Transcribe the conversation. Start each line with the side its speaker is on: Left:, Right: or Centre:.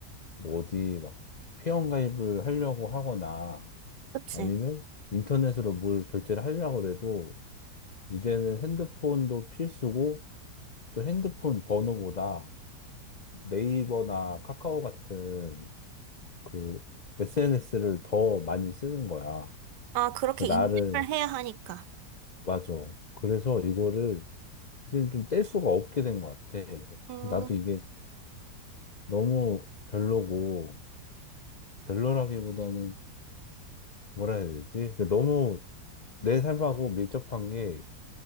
Left: 뭐 어디 막 회원가입을 하려고 하거나
Right: 그치?
Left: 아니면 인터넷으로 뭘 결제를 하려고 해도 이제는 핸드폰도 필수고 또 핸드폰 번호보다 네이버나 카카오 같은 그 SNS를 더 많이 쓰는 거야.
Right: 아, 그렇게
Left: 나를
Right: 인식을 해야 하니까.
Left: 맞아. 그래서 이거를 이제 좀 뗄 수가 없게 된 것 같아.
Right: 음,
Left: 나도 이게 너무 별로고, 별로라기보다는 뭐라 해야 되지? 그 너무 내 삶하고 밀접한 게